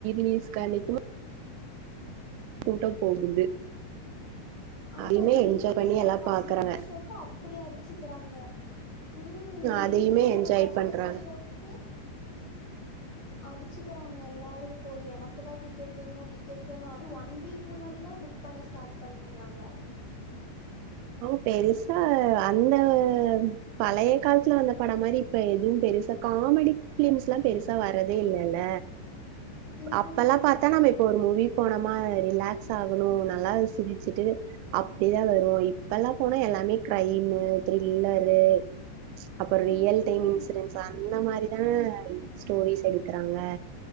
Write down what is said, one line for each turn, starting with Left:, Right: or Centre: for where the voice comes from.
Right: ம் கனக்குமா கூட்டம் போகுது
Left: ஆமா
Right: அதையுமே
Left: ரீ
Right: என்ஜாய்
Left: ரிலீஸ்ஸ்ஸ
Right: பண்ணி எல்லா
Left: ஃபஸ்டே
Right: பாக்கறாங்க
Left: பஸ்ஷோக்கு அப்படி அடிச்சுக்கறாங்க ம் ரீ
Right: அதையுமே
Left: ரிலீஸோட
Right: என்ஜாய்
Left: ஃபஸ்ட்
Right: பண்றாங்க
Left: பஸ் ஷோக்கே அடிச்சக்கறாங்க எல்லாரு போய் எனக்குதா டிக்கெட் வேணும் டிக்கெட் வேணும் அது ஒன் வீக் முன்னாடிலா புக் பண்ண ஸ்டார்ட் பண்ணி றாங்க
Right: அவ பெருசா அந்த பழைய காலத்துல வந்த படம் மாரி இப்ப எதுவும் பெருசா காமெடி பிலிம்ஸ்லா பெருசா வரதே இல்லல்ல
Left: ம்
Right: அப்ப எல்லா பாத்தா நம்ம இப்ப ஒரு மூவி போனமா ரிலாக்ஸ் ஆகணும் நல்லாவே சிரிச்சுட்டு அப்டிதா வருவோம் இப்பல்லா போனா எல்லாமே கிரைனு த்ரில்லரு அப்புறோ ரியல்
Left: ம்
Right: டைம் இன்சூரன்ஸ் அந்த மா <unintelligible> ஸ்டோரிஸ் எடுக்றாங்க